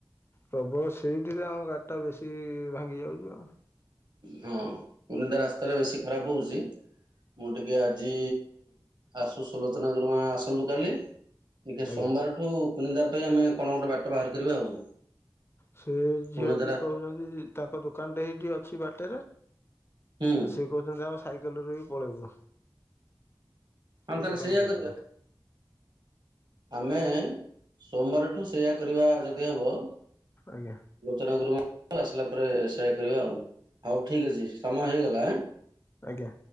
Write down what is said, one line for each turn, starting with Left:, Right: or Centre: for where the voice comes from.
Left: ପ୍ରବଳ ସେଇଠିରେ ଆମ ଗାଡି ଟା ବେଶୀ ଭାଙ୍ଗି ଯାଉଛି ଆଉ
Right: ହଁ କୁନିନ୍ଦା ରାସ୍ତାରେ ବେଶୀ ଖରାପ ହେଉଛି ମୁଁ ଟିକିଏ ଆଜି ଆସୁ ସୁଲୋଚନା ଗୁରୁମା ଆସନ୍ତୁ କାଲି
Left: ଆଜ୍ଞା
Right: ସୋମବାରଠୁ କୁନିନ୍ଦା ପାଇଁ ଆମେ କଣ ଗୋଟେ ବାଟ ବାହାର କରିବା ଆଉ
Left: ସେ
Right: କୁନିଦାର
Left: ଝିଅ ବି କହୁଛନ୍ତି ତାଙ୍କ ଦୋକାନଟା ଏଇଠି ଅଛି ବାଟରେ
Right: ହୁଁ
Left: ସେ କହୁଛନ୍ତି ଆମେ ସାଇକେଲରେ ବି ପଳେଇବୁ
Right: ହଁ
Left: ସେ
Right: ତାହେଲେ
Left: ଦୋକାନ
Right: ସେଇଆ
Left: ପର୍ଯ୍ୟନ୍ତ
Right: କରିବା। ଆମେ ସୋମବାରଠୁ ସେୟା କରିବା ଯଦି ହବ
Left: ଆଜ୍ଞା
Right: ସୁଲୋଚନା ଗୁରୁମା ଠୁ ଆସିଲା ପରେ ସେୟା କରିବା ଆଉ ହଉ ଠିକ ଅଛି ସମୟ ହେଇଗଲା
Left: ଆଜ୍ଞା